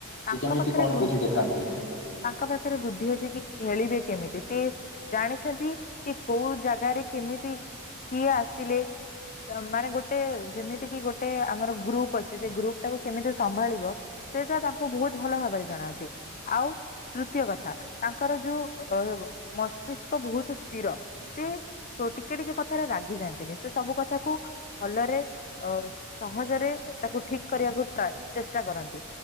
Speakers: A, on the left; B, on the left.
A: ସେ
B: ତାଙ୍କ
A: କେମିତି
B: ପାଖରେ
A: କଣ
B: ବୁଦ୍,
A: ବୁଦ୍ଧି ଦେଖାନ୍ତି?
B: ତାଙ୍କ ପାଖରେ ବୁଦ୍ଧି ଅଛି କି ଖେଳିବେ କେମିତି। ସେ ଜାଣିଛନ୍ତି କି କୋଉ ଜାଗାରେ କେମିତି କିଏ ଆସିଲେ ତ ମାନେ ଗୋଟେ ଯେମିତି କି ଗୋଟେ ଆମର ଗ୍ରୁପ୍ ଅଛି। ସେ ଗ୍ରୁପ୍ ଟାକୁ କେମିତି ସମ୍ଭାଳିବ ସେଇଟା ତା ବୁ ବହୁତ ଭଲ ଭାବରେ ଜଣାଅଛି। ଆଉ ତୃତୀୟ କଥା ତାଙ୍କର ଯୋଉ ଅହେବ ମସ୍ ସ୍ତିଷ୍କ ବହୁତ ସ୍ଥିର। ସେ ଓ ଟିକେ ଟିକେ କଥାରେ ରାଗି ଯାଆନ୍ତିନି। ସେ ସବୁ କଥାକୁ ଭଲରେ ଅ, ସହଜରେ ସେ ତାକୁ ଠିକ କରିବାକୁ ଟ୍ରାଏ, ଚେଷ୍ଟା କରନ୍ତି।